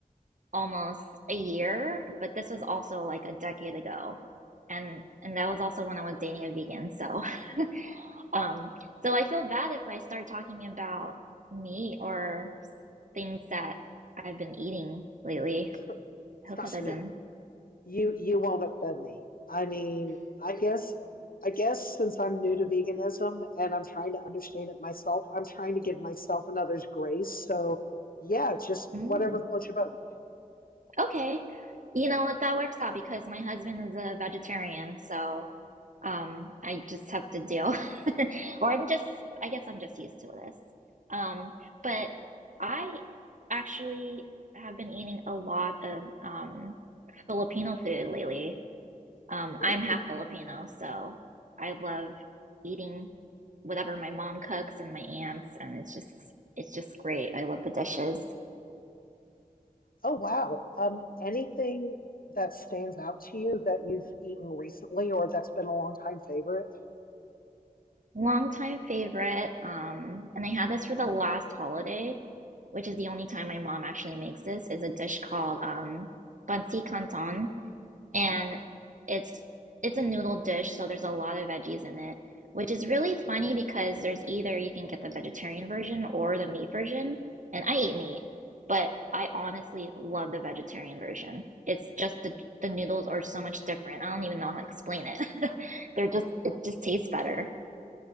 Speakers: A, on the right (about 60°); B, on the left (about 80°).
A: almost a year, but this was also like a decade ago. And and that was also when I was dating a vegan. So, <laughs> um, so I feel bad if I start talking about meat or s- things that I've been eating lately.
B: Tr
A: I
B: trust
A: hope that doesn't.
B: me. You you won't offend me. I mean, I guess I guess since I'm new to veganism and I'm trying to understand it myself, I'm trying to give myself and others grace. So yeah, just
A: Mm,
B: whatever floats your boat.
A: okay. You know what? That works out because my husband is a vegetarian, so. Um, I just have to deal, <laughs> or I'm just, I guess I'm just used to this. Um, but I actually have been eating a lot of um, Filipino food lately. Um,
B: Ooh.
A: I'm half Filipino, so I love eating whatever my mom cooks and my aunts, and it's just, it's just great. I love the dishes.
B: Oh wow. Um, anything that stands out to you that you've eaten recently or that's been a long time favorite?
A: Longtime favorite. Um, and I had this for the last holiday, which is the only time my mom actually makes this, is a dish called um bansi canton. And
B: Ooh.
A: it's it's a noodle dish, so there's a lot of veggies in it, which is really funny because there's either you can get the vegetarian version or the meat version, and I eat meat, but I honestly love the vegetarian version. It's just the the noodles are so much different. I don't even know how to explain it. <laughs> They're just it just tastes better.